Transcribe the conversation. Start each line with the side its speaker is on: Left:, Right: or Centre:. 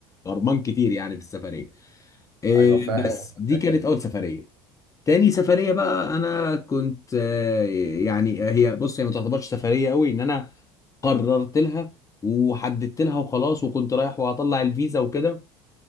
Left: غرمان كتير يعني في السفريه إيه
Right: أيوه فاهم
Left: بس
Right: قصدك
Left: دي
Right: أكيد
Left: كانت اول سفريه تاني سفريه بقى انا كنت آه، يعني هي بص هي ما تعتبرش سفريه قوي ان انا قررت لها وحددت لها وخلاص وكنت رايح وهطلع الفيزا وكده